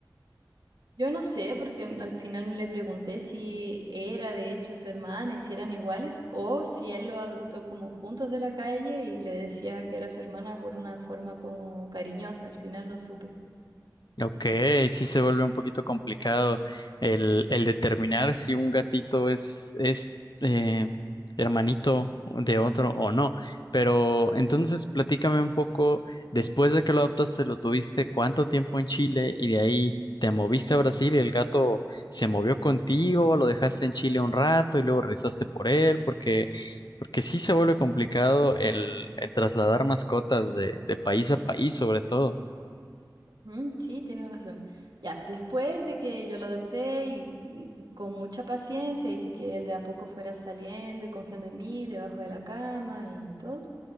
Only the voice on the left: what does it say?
Ok, sí se vuelve un poquito complicado el, el determinar si un gatito es, es eh, hermanito de otro o no. Pero entonces platícame un poco, después de que lo adoptaste, lo tuviste cuánto tiempo en Chile y de ahí te moviste a Brasil y el gato se movió contigo, lo dejaste en Chile un rato y luego rezaste por él, porque, porque sí se vuelve complicado el, el trasladar mascotas de de país a país, sobre todo.